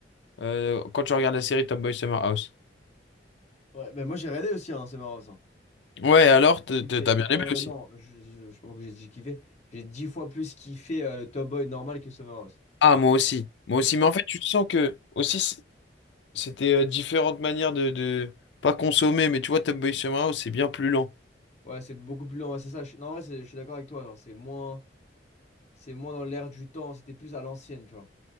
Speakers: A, on the left; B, on the left.
A: euh, quand tu regardes la série Top Boy Summer House.
B: Ouais, ben moi j'ai regardé aussi, hein, Summer House. hein.
A: Ouais, alors t-
B: Kiffé.
A: t- t'as bien aimé
B: Euh,
A: aussi.
B: non, je, je, je sais pas pourquoi j'ai dit kiffé. J'ai dix fois plus kiffé euh, le Top Boy normal que Summer House.
A: Ah, moi aussi. Moi
B: Parce
A: aussi.
B: qu'en fait,
A: Mais en fait, tu sens que aussi. C'était euh, différentes manières de, de- pas consommer, mais tu vois, Top Boy Summer House, c'est bien plus lent.
B: ouais, c'est beaucoup plus lent. ouais, c'est ça. Je, non, en vrai, c'est- je suis d'accord avec toi. Genre, c'est moins, c'est moins dans l'air du temps. C'était plus à l'ancienne, tu vois.